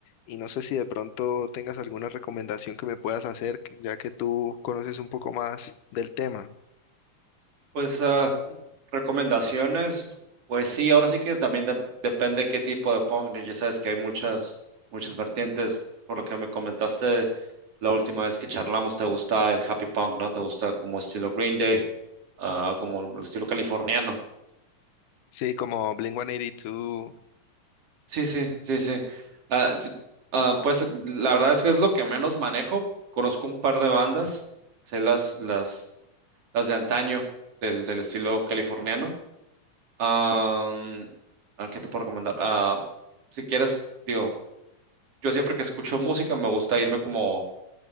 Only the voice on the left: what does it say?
Y no sé si de pronto tengas alguna recomendación que me puedas hacer, que- ya que tú conoces un poco más del tema.
Sí, como Blink-182.